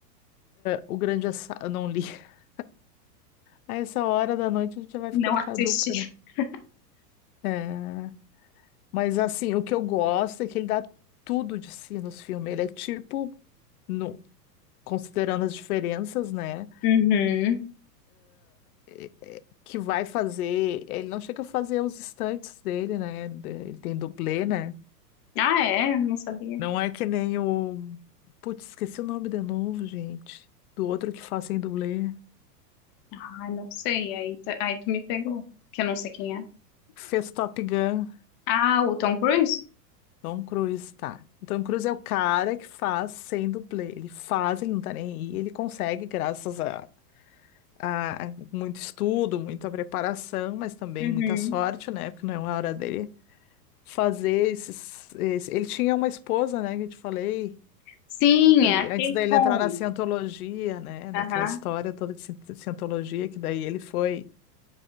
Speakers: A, on the left; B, on the left.
A: o Grande Assa... eu não li. <laughs> A essa hora da noite a gente já vai
B: não
A: ficando
B: assisti.
A: caduca, né?
B: <laughs>
A: É, Mas assim, o que eu gosto é que ele dá tudo de si nos filmes. Ele é tipo, no... considerando as diferenças, né?
B: Uhum.
A: é- é, Que vai fazer. Ele não chega a fazer os estantes dele, né? Ele tem dublê, né?
B: Ah, é? Não sabia.
A: Não é que nem o. Putz, esqueci o nome de novo, gente. Do outro que faz em dublê.
B: Ai, não sei. Aí, tu- aí tu me pegou, que eu não sei quem é.
A: Que Fez Top Gun.
B: Ah, o Tom Cruise?
A: Tom Cruise, tá. O Tom Cruise é o cara que faz sem dublê. Ele faz e não tá nem aí. Ele consegue, graças a, a a muito estudo, muita preparação, mas também
B: Uhum.
A: muita sorte, né? Porque não é uma hora dele fazer esses. esse- Ele tinha uma esposa, né? Que eu te falei.
B: Sim,
A: Que
B: é a Kate
A: antes dele
B: Holmes.
A: entrar na cientologia, né?
B: Aham,
A: Naquela história toda de ci- cientologia, que daí ele foi.